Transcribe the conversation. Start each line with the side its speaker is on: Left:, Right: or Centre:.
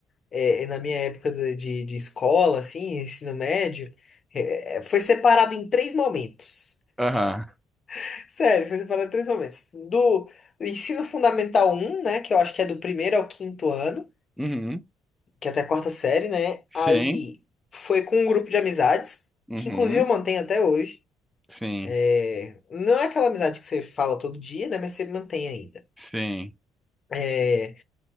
Left: é, na minha época de, de, de escola, assim, ensino médio, é, é, foi separado em três momentos.
Centre: Aham.
Left: <laughs> Sério, foi separado em três momentos. Do ensino fundamental um né, que eu acho que é do primeiro ao quinto ano,
Centre: Uhum.
Left: que é até a quarta série, né?
Centre: Sim.
Left: Aí foi com um grupo de amizades,
Centre: Uhum.
Left: que inclusive eu mantenho até hoje.
Centre: Sim.
Left: É, não é aquela amizade que você fala todo dia, né? Mas você mantém ainda.
Centre: Sim.
Left: É,